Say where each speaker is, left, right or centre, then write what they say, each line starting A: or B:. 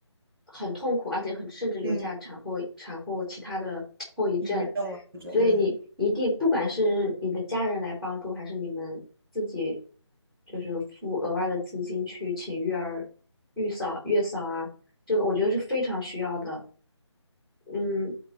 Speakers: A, in the centre; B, on the right.
A: 很痛苦，而且很甚至留下产后产后其他的后遗症。
B: 嗯，抑郁症啊，或者嗯，
A: 所以你一定，不管是你的家人来帮助，还是你们自己就是付额外的资金去请育儿、育嫂、月嫂啊，这个我觉得是非常需要的。嗯，